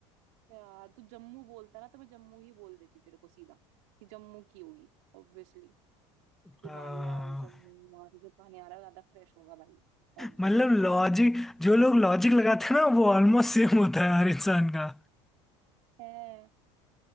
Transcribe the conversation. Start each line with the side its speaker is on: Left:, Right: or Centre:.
Right: यार तू जम्मू बोलता ना तो मैं जम्मू ही बोल देती तेरे को सीधा कि जम्मू की होगी ऑब्वियसली हिमालय
Centre: हाँ,
Right: जम्मू वहां से जो पानी आ रहा है ज्यादा फ्रेश होगा भाई ऑब्वियसली
Centre: मतलब लॉजिक जो लोग लॉजिक लगाते हैं ना वो ऑलमोस्ट सेम होता है हर इंसान का
Right: है